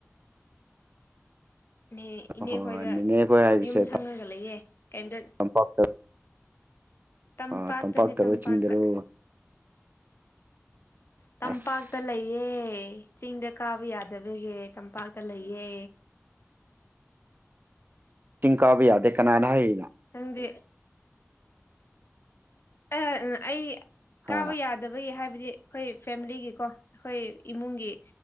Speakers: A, on the left; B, on the right.
A: ꯅꯦ ꯏꯅꯦ
B: ꯍꯣꯏ
A: ꯈꯣꯏꯗ
B: ꯅꯦꯅꯦ ꯑꯩꯈꯣꯏ ꯍꯥꯏꯕꯁꯦ
A: ꯌꯨꯝ ꯁꯪꯉꯒ ꯂꯩꯌꯦ ꯀꯩꯝꯇ
B: <unintelligible>
A: ꯇꯝꯄꯥꯛꯇꯅꯦ
B: ꯑꯥ ꯇꯝꯄꯥꯛꯇꯔꯣ
A: ꯇꯝꯄꯥꯛꯇ꯫
B: ꯆꯤꯡꯗꯔꯣ
A: ꯇꯝꯄꯥꯛꯇ
B: ꯑꯁ
A: ꯂꯩꯌꯦ ꯆꯤꯡꯗ ꯀꯥꯕ ꯌꯥꯗꯕꯒꯤ ꯇꯝꯄꯥꯛꯇ ꯂꯩꯌꯦ꯫
B: ꯆꯤꯡ ꯀꯥꯕ ꯌꯥꯗꯦ ꯀꯅꯥꯅ ꯍꯥꯏꯔꯤꯅꯣ꯫
A: ꯅꯪꯗꯤ ꯑ ꯑꯩ
B: ꯍꯥ
A: ꯀꯥꯕ ꯌꯥꯠ ꯗꯕꯒꯤ ꯍꯥꯏꯕꯗꯤ ꯑꯈꯣꯏ ꯐꯦꯃꯤꯂꯤꯒꯤꯀꯣ ꯑꯩꯈꯣꯏ ꯏꯃꯨꯡꯒꯤ